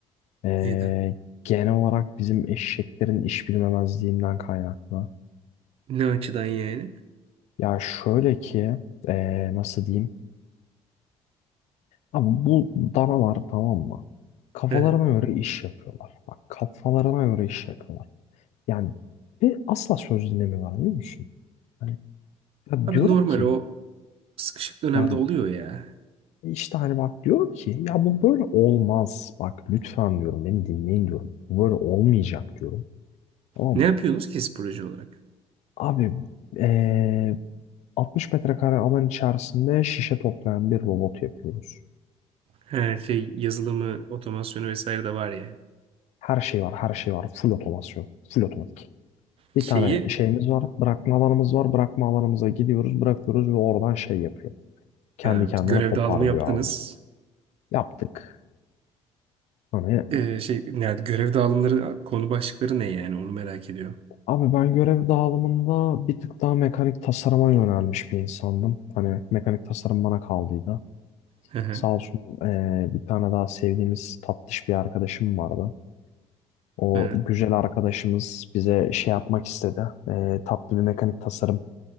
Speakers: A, on the left; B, on the right.
A: Ee,
B: Neyden?
A: genel olarak bizim eşeklerin iş bilmemezliğinden kaynaklı.
B: Ne açıdan yani?
A: Ya şöyle ki ee, nasıl diyeyim? Abi bu danalar tamam mı? Kafalarına
B: Hı hı.
A: göre iş yapıyorlar. Bak kafalarına göre iş yapıyorlar. Yani ve asla söz dinlemiyorlar biliyor musun? Hani, ya
B: Abi
A: diyorum
B: normal
A: ki
B: o sıkışık dönemde
A: yani
B: oluyor ya.
A: e, işte hani bak diyorum ki ya bu böyle olmaz. Bak lütfen diyorum beni dinleyin diyorum. Bu böyle olmayacak diyorum. Tamam
B: Ne
A: mı?
B: yapıyorsunuz ki siz proje olarak?
A: Abi eee 60 metrekare alan içerisinde şişe toplayan bir robot yapıyoruz.
B: Her şey yazılımı, otomasyonu vesaire de var yani.
A: Her şey var, her şey var. Full otomasyon, full otomatik. Bir
B: Şeyi
A: tane şeyimiz var, bırakma alanımız var. Bırakma alanımıza gidiyoruz, bırakıyoruz ve oradan şey yapıyor. Kendi
B: ha,
A: kendine
B: görev
A: toparlıyor
B: dağılımı yaptınız.
A: abi. Yaptık. Hani
B: Ee, şey yani görev dağılımları konu başlıkları ne yani onu merak ediyorum.
A: Abi ben görev dağılımında bir tık daha mekanik tasarıma yönelmiş bir insandım. Hani mekanik tasarım bana kaldıydı.
B: Hı hı.
A: Sağ olsun eee, bir tane daha sevdiğimiz tatlış bir arkadaşım vardı. O
B: Ee,
A: güzel arkadaşımız bize şey yapmak istedi. Eee, tatlı bir mekanik tasarım